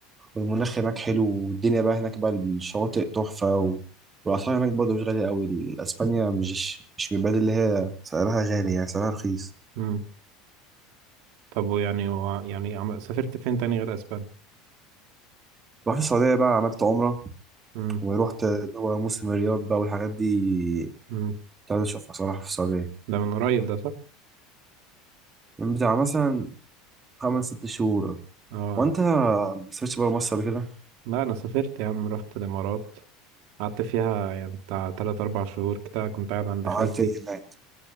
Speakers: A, on the right (about 20°); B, on the right (about 65°).
A: والمناخ هناك حلو والدنيا بقى هناك بقى الشواطئ تحفة و... والأسعار هناك برضه مش غالية أوي أسبانيا مش مش من البلاد اللي هي سعرها غالي يعني سعرها رخيص
B: مم. طب ويعني و... يعني عم... سافرت فين تاني غير أسبانيا؟
A: رحت السعودية بقى عملت عمرة
B: مم.
A: ورحت دول موسم الرياض بقى والحاجات دي
B: مم.
A: كنت عايز أشوفها صراحة في السعودية
B: ده من قريب ده صح؟
A: من بتاع مثلا خمس ست شهور
B: اه
A: وأنت ما سافرتش بره مصر قبل كده
B: لا انا سافرت يا عم رحت الامارات قعدت فيها يعني بتاع تلات اربع شهور كده كنت قاعد عند
A: عملت
B: خالتي
A: إيه هناك؟